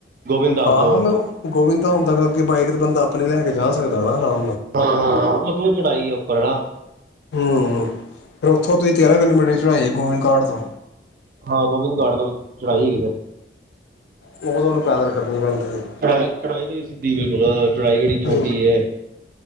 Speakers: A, on the right; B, on the left.
A: ਗੋਬਿੰਦ ਧਾਮ
B: ਹਾਂ
A: ਤੋਂ
B: ਹਾਂ ਮੈਂ ਉਹ ਗੋਵਿੰਦ ਧਾਮ ਤੱਕ ਅੱਗੇ ਬਾਈਕ ਤੇ ਬੰਦਾ ਆਪਾਂ ਨੂੰ ਲੈ ਕੇ ਜਾ ਸਕਦਾ ਨਾ ਨਾਲ
A: ਹਾਂ ਹਾਂ <unintelligible> ਚੜਾਈ ਆ ਉੱਪਰ ਨਾ
B: ਹੂੰ। ਫਿਰ ਉੱਥੋਂ ਤੁਸੀ ਤੇਰਾਂ ਕਿਲੋਮੀਟਰ ਦੀ ਚੜਾਈ ਏ ਗੋਵਿੰਦ ਘਾਟ ਤੋਂ
A: ਹਾਂ ਗੋਬਿੰਦ ਘਾਟ ਤੋਂ ਚੜਾਈ ਹੈਗੀ ਫਿਰ
B: ਉਹ ਤੁਹਾਨੂੰ ਪੈਦਲ ਕਰਨੀ ਪੈਂਦੀ ਏ।
A: ਚੜਾਈ ਚੜਾਈ ਦੇ ਵੀ ਸਿੱਧੀ ਬਿਲਕੁਲ ਚੜਾਈ ਕਿਹੜੀ ਛੋਟੀ
B: ਹਾਂ
A: ਹੈ